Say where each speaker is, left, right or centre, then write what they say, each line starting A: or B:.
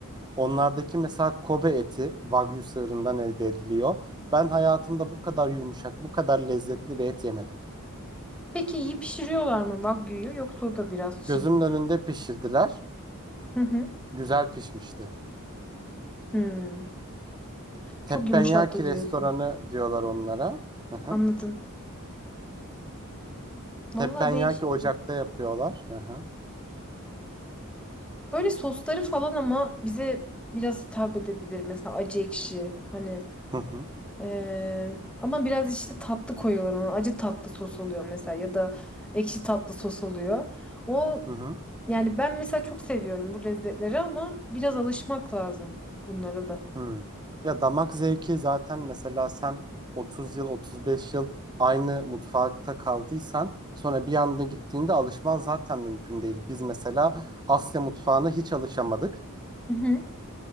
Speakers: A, on the right; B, in the centre.
A: onlardaki mesela Kobe eti Wagyu sığırından elde ediliyor. Ben hayatımda bu kadar yumuşak, bu kadar lezzetli bir et yemedim.
B: Peki iyi pişiriyorlar mı Wagyu'yu yoksa o da biraz çiğ
A: Gözümün
B: gibi
A: önünde
B: mi?
A: pişirdiler.
B: Hı hı.
A: Güzel pişmişti.
B: Hmm.
A: Teppanyaki
B: Çok yumuşaktı
A: restoranı
B: diyorsun.
A: diyorlar onlara. Hı hı.
B: Anladım. Vallahi
A: Teppanyaki
B: değişik.
A: ocakta yapıyorlar. Hı hı.
B: Böyle sosları falan ama bize biraz hitap edebilir. Mesela acı ekşi hani
A: Hı hı.
B: eee, ama biraz işte tatlı koyuyorlar ona. Acı tatlı sos oluyor mesela ya da ekşi tatlı sos oluyor. O
A: Hı hı.
B: yani ben mesela çok seviyorum bu lezzetleri ama biraz alışmak lazım bunlara da.
A: Hmm. Ya damak zevki zaten mesela sen 30 yıl 35 yıl aynı mutfakta kaldıysan sonra bir anda gittiğinde alışman zaten mümkün değil. Biz mesela Asya mutfağına hiç alışamadık.
B: Hı hı.